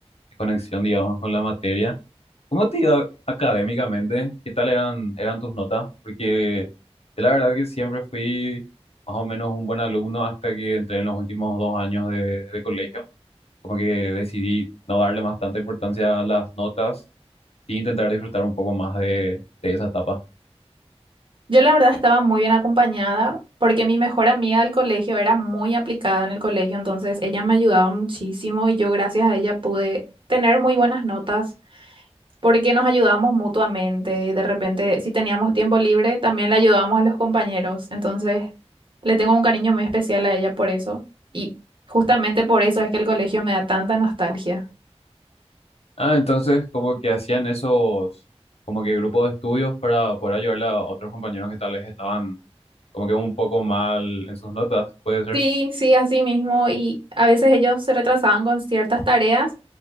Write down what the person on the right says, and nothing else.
Yo la verdad estaba muy bien acompañada porque mi mejor amiga del colegio era muy aplicada en el colegio, entonces ella me ayudaba muchísimo y yo gracias a ella pude tener muy buenas notas porque nos ayudábamos mutuamente y de repente si teníamos tiempo libre también le ayudábamos a los compañeros, entonces le tengo un cariño muy especial a ella por eso y justamente por eso es que el colegio me da tanta nostalgia.
Sí, sí, así mismo. Y a veces ellos se retrasaban con ciertas tareas